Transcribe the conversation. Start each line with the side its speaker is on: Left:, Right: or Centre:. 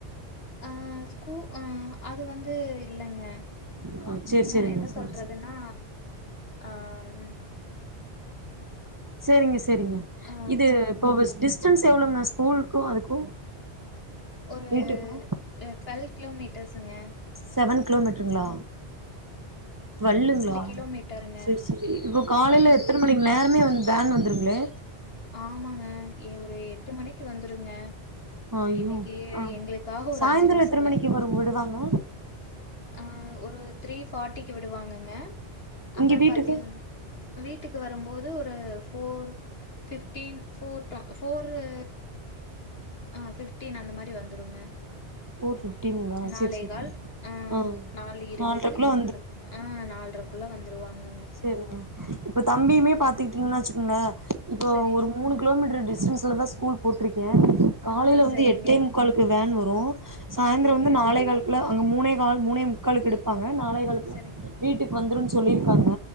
Left: அஹ் ஷு ஆம் அது வந்து இல்லங்க
Right: ஆ செரி
Left: என்ன
Right: செரிங்க
Left: என்ன
Right: சாரி
Left: சொல்றதுன்னா
Right: சாரி
Left: ஆஹ்ம்
Right: சேரிங்க ச சேரிங்க
Left: ஆ
Right: இது
Left: சரிங்க.
Right: இப்போ டிஸ்டன்ஸ் எவ்ளோங்க ஸ்கூலுக்கு அதுக்கு
Left: ஒரு
Right: வீட்டுக்கு
Left: ஆஹ் டுவெல் கிலோமீட் பேசுங்க
Right: செவன் கிலோமீட் ட்ருகளா வல்லுங்களா
Left: கிலோமீட்டருங்க.
Right: சேரி சேரி இப்ப காலையில
Left: பண்ணணும்.
Right: எத்தனை மணிக்கு நேரமே வந் ம் பேன் வந்துருங்களே
Left: ஆமாங்க ஏ ஒரு எட்டு மணிக்கு வந்துருங்க
Right: அய்யோ
Left: இன்னைக்கு
Right: ஆஹ்
Left: எங்களுக்காக ஒரு
Right: சாயந்தர
Left: நிமிஷம்
Right: எத்தன மணிக்கு வரு விடுவாங்க
Left: ஆஹ் ஒரு த்ரீ ஃபார்ட்டிக்கு விடுவாங்கங்க அப்பற
Right: இங்க வீட்டுக்கு
Left: பாத்தீங் வீட்டுக்கு வரும்போது ஒரு போஃர் ஃபிப்டீன் ஃபோர்ட்டு போர்ரு ஆஹ் ஃபிப்டீன் அந்த மாரி வந்துருங்க
Right: ஃபோர் ஃபிஃப்டீனுங்களா
Left: நாளைகால்
Right: சேரி சேரி
Left: அஹ்
Right: ஆ
Left: நாலு இருவது
Right: நால்ரைக்குள்ள
Left: அந்த ஆஹ் நாலரைக்குள்ள வந்துருவாங்க
Right: சேரிங்க இப்ப தம்பியுமே பாத்துக்கிட்டீங்கன்னா
Left: ஏன்னா
Right: வச்சுக்கோங்க இப்போ
Left: சரி.
Right: ஒரு மூணு கிலோமீட்டர் டிஸ் பிரண்ட்ஸ்ல்லா ஸூல் போட்டுரு ஹ காலையில
Left: ஆ
Right: வந்து
Left: சரிங்க,
Right: எட்டை முக்காலக்கு வேன் வரு போ சாயந்தரம்
Left: சரிங்க,
Right: வந்து நாளை கால்குள்ள அங்க மூனே கால் மூனே முக்கால் எடுப்பாங்க அஹ் நாளேகளுக்லா
Left: சரி.
Right: வீட்டுக்கு வந்துரும்ன்னு சொல்லியிருக்காங்க